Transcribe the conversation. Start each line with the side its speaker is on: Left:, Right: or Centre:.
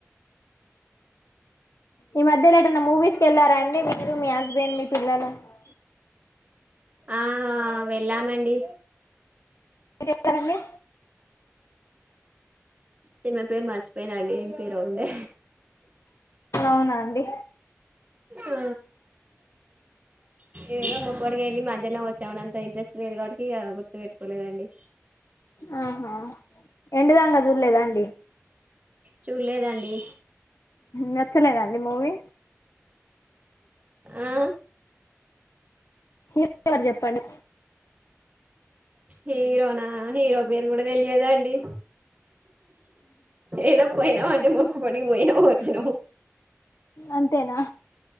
Left: ఈ మధ్యలెటన్న మూవీస్ కి వెళ్లారా అండి మీరు <unintelligible>
Right: ఆ వెళ్ళామండి
Left: చేస్తారండి
Right: సినిమా పేరు మర్చిపోయినండి ఏం పేరో ఉండే
Left: అవునా అండి
Right: ఆ ఏదో మొక్కుబడిగా వెళ్ళి మధ్యల్నే వచ్చామండి అంతా ఇంట్రెస్ట్ మీరు కాబట్టి గుర్తు పెట్టుకోలేదండి
Left: ఆహా ఎండుదాంగా చూడలేదా అండి
Right: చూడలేదండి
Left: నచ్చలేదండి మూవీ
Right: ఆ
Left: హీరో ఎవరు చెప్పండి
Right: హీరోనా హీరో పేరు గూడా తెలియదు అండి ఏదో పోయినా అంటే మొక్కుబడి నీ వొయిన వోన్ అను
Left: అంతేనా